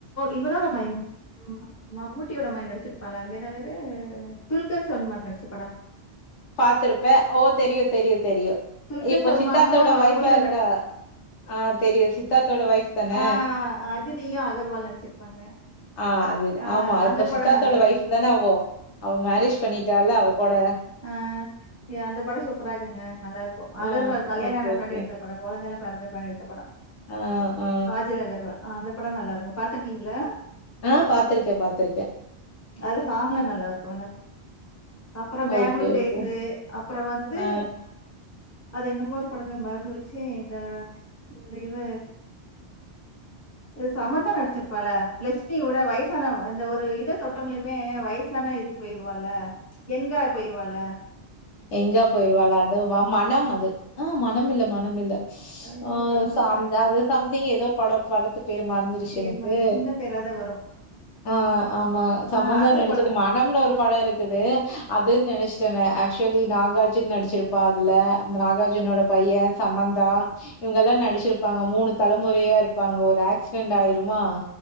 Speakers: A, on the left (about 15°); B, on the left (about 85°).
A: இவனோட மயன் ம் மமுட்டியோட மயன் நடிச்சிருப்பான் அது வேன்ன பேரு துல்கர் சொல்மன் நடிச்ச படம்
B: பாத்துருப்பேன் ஓ தெரியும் தெரியும் தெரியும்
A: துல்கர்
B: இப்போ
A: சல்மானும்
B: சித்தார்த்தோட ஒய்பா
A: இவளும்
B: இருக்கா
A: நடிச்சு
B: ஆஹ் தெரியும் சித்த சித்தோட ஒய்ப் தானே
A: ஆ அதிதியும் அகர்வால் நடிச்சிருப்பாங்க.
B: ஆஹ் அது
A: ஆ
B: ஆமா
A: அந்த
B: இப்ப சித்தாரத்தோட
A: படம் நல்லாருக்கும்.
B: ஒயஃப் தானே அவோ அவ மேரேஜ் பண்ணிட்டால அவ கூட
A: ஆஹ் அந்த படம் சூப்பரா இருக்குங்க நல்லா இருக்கும் அகர்வால்
B: ஆ
A: கல்யாணம்
B: ஓகே,
A: ஆன பின்னாடி
B: ஓகே.
A: எடுத்த படம் குழந்தைல பிறந்த பிறகு எடு ன படம்
B: ஆ, ஆ.
A: காஜல் அஹர்வால் அந்த படம் நல்லா இருக்கும் பாத்துருக்கீங்கலா
B: ஆ பாத்துருக்கேன், பாத்துருக்கேன்.
A: அது சாங்க்ல நல்லா இருக்கும்ல்ல அப்புறம் பெங்களூர்
B: ஓகே,
A: டேஸ்
B: ஓகே.
A: அப்பறம் வந்து
B: ஆ
A: அது என்னமோரு படமே மறந்து போச்சே இந்த இந்த இவ சமந்தா நடிச்சிருப்பால லஷ்மி ஊட வயசானங்க இந்த ஒரு இத தொட்டங்களையுமே வயசான இதுக்கு போயிருவோல யங்கா போயிருவால
B: எங்கா போயிருவால அது வா மனம் அது ஆ மனம் இல்ல மனம் இல்ல
A: ஐயோ!
B: ஆ
A: நல்ல
B: ச
A: படங்க.
B: அது சம்திங் ஏதோ படம் படத்து பேரு மறந்துருச்சு
A: பேர்
B: எனக்கு
A: மறந்து சின்ன பேரா தான் வரும்.
B: ஆ ஆமா சமந்தா
A: ஆ அந்த
B: நடிச்சது
A: படம்.
B: மணம்னு ஒரு படம் இருக்குது அதுன்னு நினைச் சுமே ஆக் ஆக்சுவலி நாகார்ஜுன் நடிச்சிருப்பா அதுல நாகார்ஜனோட பையே சமந்தா இவங்க எல்லா நடிச்சிருப்பாங்க மூணு தலைமுறையா இருப்பாங்க ஒரு ஆக்சிடென்ட் ஆயிருமா